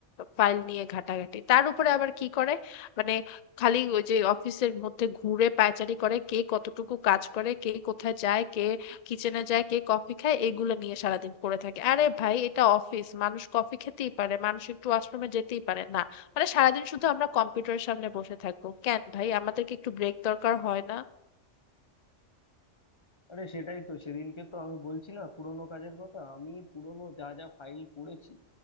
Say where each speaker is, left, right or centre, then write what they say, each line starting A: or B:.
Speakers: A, on the left (about 80°); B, on the left (about 30°).
A: ফাইল নিয়ে ঘাটাঘাটি তার উপরে আবার কি করে মানে খালি ওই যে অফিসের মধ্যে ঘুরে পায়চারি করে কে কতটুকু কাজ করে কে কোথায় যায় কে কিচেনে যায় কে কফি খায় এগুলো নিয়ে সারাদিন পড়ে থাকে আরে ভাই এটা অফিস মানুষ কফি খেতেই পারে মানুষ একটু ওয়াশরুমে যেতেই পারে না মানে সারাদিন শুধু আমরা কম্পিউটারের সামনে বসে থাকবো কেন ভাই আমাদেরকে একটু ব্রেক দরকার হয় না
B: আরে সেটাই তো সেদিনকে তো আমি বলছি না পুরোনো কাজের কথা আমি পুরোনো যা যা ফাইল করেছি